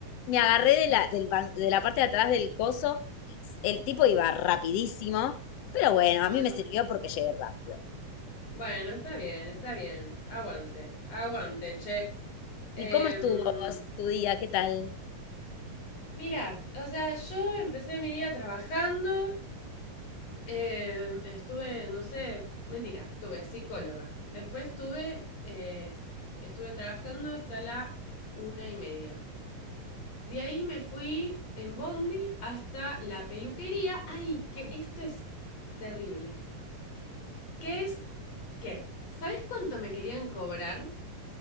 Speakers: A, on the left (about 75°); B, on the left (about 50°).
A: me agarré de la, del ban- de la parte de atrás del coso. El tipo iba rapidísimo, pero bueno,
B: <laughs>
A: a mí
B: Ay,
A: me sirvió porque llegué rápido.
B: bueno, está bien, está bien. Aguante, aguante, che. Em,
A: ¿Y cómo estuvo vos, tu día? ¿Qué tal?
B: mira, o sea, yo empecé mi día trabajando. em, estuve, no sé, mentira, tuve psicóloga. Después tuve, eh, estuve trabajando hasta la una y media. De ahí me fui en Bondi hasta la peluquería. Ay, que esto es terrible. ¿Qué es qué? ¿Sabes cuánto me querían cobrar?